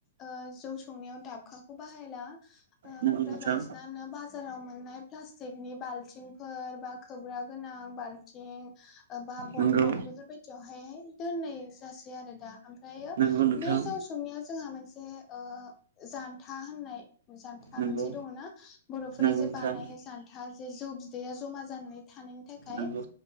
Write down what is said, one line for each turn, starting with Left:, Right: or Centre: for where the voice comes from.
Left: ओ जौ संनायाव दाबखाखौ बाहायला। ओमफ्राय
Right: नंगौ नोंथां
Left: बांसिनानो बाजाराव मोननाय प्लास्टिकनि बाल्थिंफोर बा खोबग्रा गोनां बाल्थिं ओ-बा बरथन
Right: नंगौ
Left: बेफोर बायदियावहाय हाय दोननाय जासै आरो दा। ओम दायो
Right: नंगौ नोंथां
Left: बे जौ स संनिया जोंहा मोनसे ओ-जानथा होननाय जानथा
Right: नंगौ
Left: मोनसे दङना बर'फोरा
Right: नंगौ
Left: जे
Right: नोंथां
Left: बानायो जान्था जे जौ बिदैया जमा जानानै थानायनि थाखाय
Right: नंगौ